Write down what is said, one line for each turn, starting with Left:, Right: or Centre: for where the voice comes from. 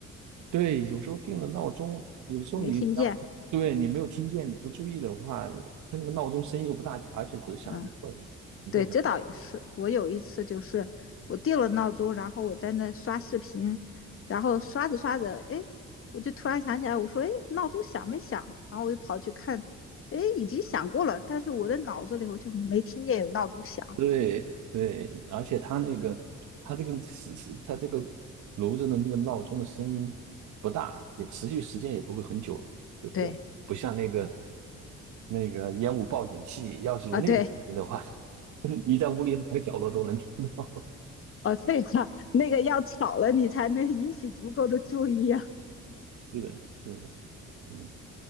Right: 对，有时候定了闹钟，有时候你要是对你没有听见，
Left: 你没听见？
Right: 你不注意的话，它那个闹钟声音又不大，而且只响一会儿，
Left: 嗯，
Right: 你就很
Left: 对，这倒也是。我有一次就是我定了闹钟，然后我在那刷视频，然后刷着刷着，哎，我就突然想起来，我说，哎，闹钟响没响？然后我就跑去看，哎，已经响过了，但是我的脑子里我就没听见有闹钟响。
Right: 对对，而且它那个它这个是是它这个炉子的那个闹钟的声音不大，也持续时间也不会很久，对不对？
Left: 对，
Right: 不像那个那个烟雾报警器，要是有那个声音的话，
Left: 啊，对，
Right: <laughs> 你在屋里哪个角落都能听。<laughs>
Left: 哦，对话，那个要吵了你才能引起足够的注意啊。
Right: 是的，是的，嗯，